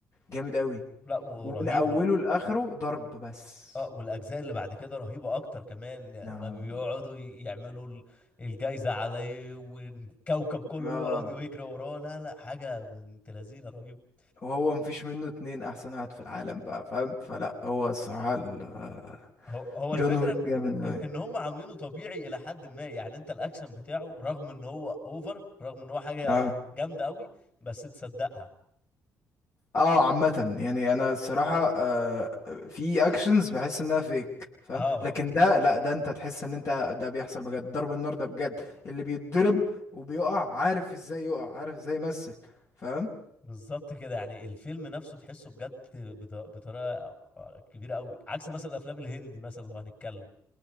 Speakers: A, on the left; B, on the left.
A: جامد أوي
B: لا ورهيب
A: ومن أوله
B: ولا
A: لآخره ضرب بس
B: اه والاجزاء اللي بعد كده رهيبه اكتر كمان
A: آه
B: ما بيقعدوا ي- يعملوا ال- الجايزه عليه والكوكب كله
A: آه
B: يقعد ويجري وراه لا لا حاجه بنت لذينه رهيبه
A: وهو مفيش منه اتنين أحسن واحد في العالم بقى فاهم فلا هو الصراحة ال-
B: هو هو
A: جون
B: الفكره
A: ويك
B: ان
A: جامد أوي
B: إن هم عاملينه طبيعي الى حد ما يعني انت الاكشن بتاعه رغم ان هو اوفر رغم ان هو حاجه
A: آه
B: جامده قوي بس تصدقها
A: اه عامة يعني انا الصراحة آه في اكشنز بحس انها فيك فاهم
B: اه
A: لكن ده لا ده انت تحس ان انت ده بيحصل بجد ضرب النار ده بجد اللي بيتضرب وبيقع عارف ازاي يقع عارف ازاي يمثل فاهم
B: بالظبط كده يعني الفيلم نفسه تحسه بجد بط- بطريقه آه، كبيره قوي عكس مثلا الافلام الهندي مثلا لو هنتكلم